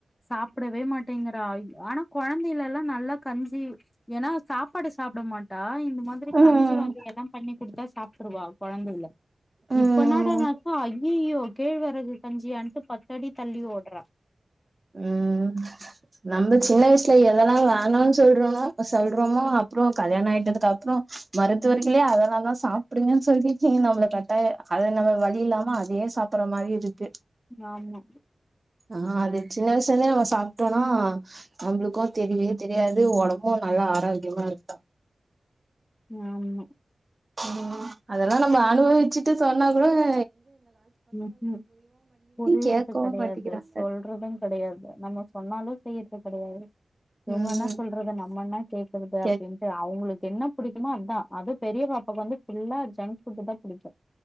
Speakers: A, on the left; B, on the right.
A: சாப்டவே மாட்டேங்கிறா ஆனா கொழந்தைலல்லா நல்லா கஞ்சி ஏன்னா சாப்பாடு சாப்ட மாட்டா இந்த மாதிரி
B: ம்
A: கஞ்சி வகை எல்லா பண்ணிக்குடுத்தா டுருவா கொளந்தைல
B: ம்
A: இப்ப நாடனக்க அய்யயோ கேழ்வறகு கஞ்சியான்ட்டு பத்தடி தள்ளி ஓடுறா
B: உம் நம்ம சின்ன வயசுல எதெல்லா வே சொல்றோமோ சொல்றோமோ அப்புறம் கல்யாணம் ஆயிட்டதுக்கு அப்புறம் மருத்துவர்களயே அதெல்லாம் தான் சாப்பிடுீங்கன்னு சொல்லி நம்மளை கட்டாயம் அதை நம்ம வழி இல்லா அதையே சாப்படுற மாதிரி இருக்கு
A: ஆமா
B: ஆஹ் அது சின்ன வயசுலருந்தே நம்ம சாப்பிட்டோனா நம்மளுக்கும் தெரியு தெரியாது உடம்பும் நல்லா ஆரோக்கியமா இருக்கு
A: ஆமா...
B: உம் அதெல்லாம் நம்ம அனுபவிச்சுட்டு சொன்னா கூடங்
A: ம்ம் புரியற்து
B: கேட்கவு
A: கடையாது
B: மாட்டேங்கிறாங்க
A: சொல்றதும் கடையாது நம்ம சொன்னாலும் செய்யற்து கடையாது இவுங்க
B: ம்
A: என்னா சொல்றது நம்மன்னா கேக்கற்து
B: கேக்
A: அப்டின்டு அவுங்களுக்கு என்ன புடிக்குமோ அத்தான் அதும் பெரிய பாப்பாக் வந்து ஃபுல்லா ஜங்க் ஃபுட் தான் புடிக்கும்